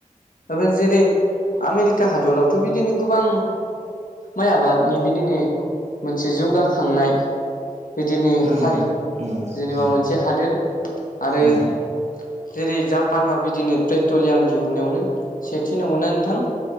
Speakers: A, on the left; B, on the right.
A: <unintelligible> जेरै आमेरिका हादरावथ' बिदिनो गोबां माइ आबादनि बिदिनो मोनसे जौगाखांनाय बिदिनो
B: उम
A: हारि
B: उम
A: जेनेबा
B: उम
A: मोनसे हादोर आरो
B: उम
A: जेरै जापानाव बिदिनो पेट्रलियाम दिहुनायावनो सेथि नंगौना नोंथां?